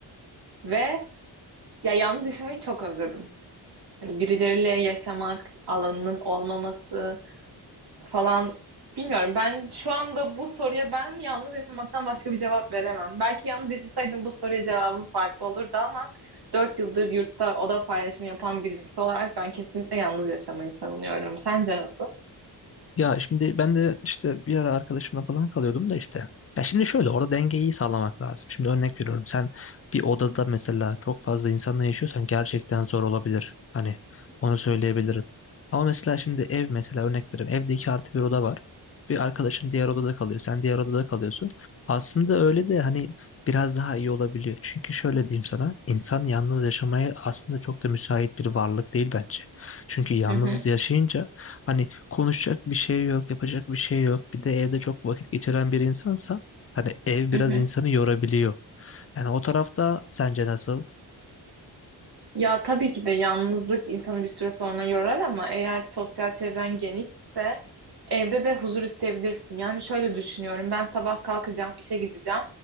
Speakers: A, on the right (about 55°); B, on the left (about 30°).
A: ve ya yalnız yaşamayı çok özledim. Hani birileriyle yaşamak, alanının olmaması falan bilmiyorum. Ben şu anda bu soruya ben yalnız yaşamaktan başka bir cevap veremem. Belki yalnız yaşasaydım bu soruya cevabım farklı olurdu ama 4 yıldır yurtta oda paylaşımı yapan birisi olarak ben kesinlikle yalnız yaşamayı savunuyorum. Sence nasıl?
B: Ya şimdi ben de işte bir ara arkadaşımla falan kalıyordum da işte. Ya şimdi şöyle orada dengeyi sağlamak lazım. Şimdi örnek veriyorum sen bir odada mesela çok fazla insanla yaşıyorsan gerçekten zor olabilir. Hani onu söyleyebilirim. Ama mesela şimdi ev mesela örnek veriyorum evde iki artı bir oda var. Bir arkadaşın diğer odada kalıyor sen diğer odada kalıyorsun. Aslında öyle de hani biraz daha iyi olabiliyor. Çünkü şöyle diyeyim sana insan yalnız yaşamaya aslında çok da müsait bir varlık değil bence. Çünkü yalnız
A: Hı hı,
B: yaşayınca hani Konuşacak bir şey yok, yapacak bir şey yok. Bir de evde çok vakit geçiren bir insansan hani ev biraz
A: hı hı.
B: insanı yorabiliyor. Yani o tarafta sence nasıl?
A: Ya tabii ki de yalnızlık insanı bir süre sonra yorar ama eğer sosyal çevren genişse evde de huzur isteyebilirsin. Yani şöyle düşünüyorum. Ben sabah kalkacağım, işe gideceğim.